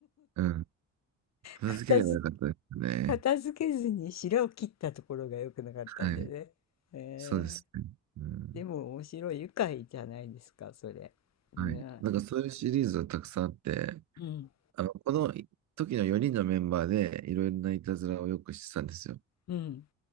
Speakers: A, on the right; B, on the left.
A: うん。片付ければよかったですね。
B: 片付、片付けずに白を切ったところが良くなかったんだね。
A: はい。
B: えー
A: そうですね。うん。
B: でも面白い、愉快じゃないですか、それ。ね
A: はい。なんかそういうシリーズはたくさんあって、
B: うん、
A: あの、この時の4人のメンバーでいろいろないたずらをよくしてたんですよ。
B: うん、